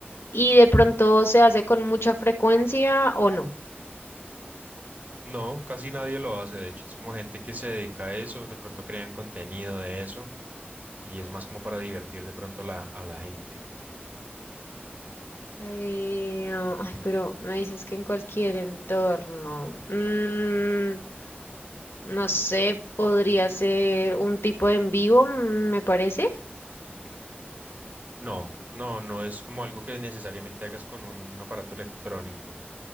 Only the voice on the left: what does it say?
¿y de pronto se hace con mucha frecuencia o no?
Eh, ah, ay, pero me dices que en cualquier entorno. Mm, no sé, podría ser un tipo de en vivo, mm, me parece.